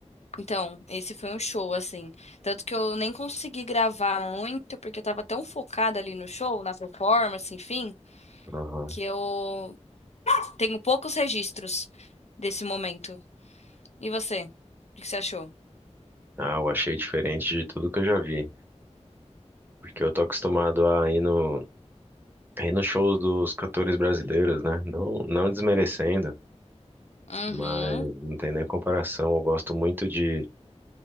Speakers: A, on the left; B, on the right.
A: Então, esse foi um show, assim. Tanto que eu nem consegui gravar muito, porque eu tava tão focada ali no show, na performance, enfim,
B: uhum.
A: que eu tenho poucos registros desse momento. E você? O que você achou?
B: Ah, eu achei diferente de tudo que eu já vi, porque eu tô acostumado a ir no, a ir no show dos cantores brasileiros, né? Não, não desmerecendo.
A: Uhum,
B: mas não tem nem comparação. Eu gosto muito de,